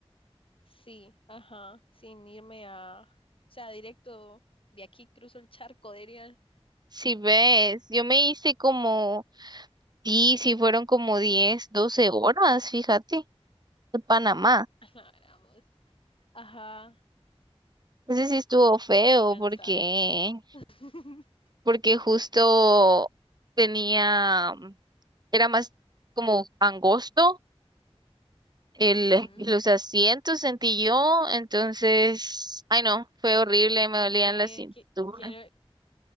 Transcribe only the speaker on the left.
sí, ajá, sin irme a, o sea, directo de aquí cruzo el charco, diría.
Ujú,
<laughs> a la gran voz. Ajá,
qué cansado.
<laughs>
Ujú.
¿Y
con
qué,
qué- quiero,